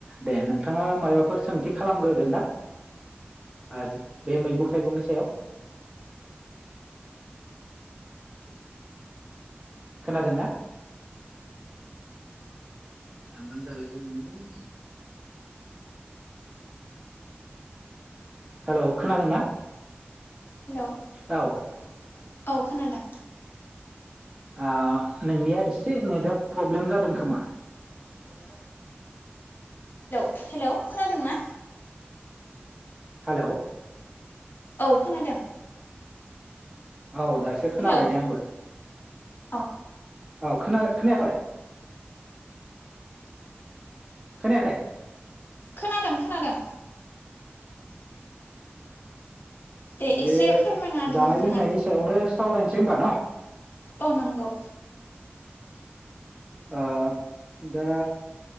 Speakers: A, on the right; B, on the left.
A: दे नोंथाङा माबाफोर सोंथि खालामग्रोगोन ना आ बे मैगं-थाइगंनि सायाव खोनादोंना दानलां जालायबाय नामालै हेलौ खोनादों ना
B: हेल'औ
A: औ
B: खोनादों
A: ओ नोंनिया एसे नेता प्रब्लेम जादों खोमा
B: हेल' खोनादोंना
A: हेल'
B: औ खोनादों
A: औ दासो खोनाबाय
B: हेलौ
A: दे आंबो
B: औ
A: औ खोनादों खोनायाखै खोनाखायै
B: खोनादों खोनादों दे
A: बे
B: एसे फोरमायना होदो
A: जानाय
B: नोंथाङा
A: लोंनायनि सायावनो सावरायनोसै होनबा न'।
B: औ नंगौ।
A: ओ दा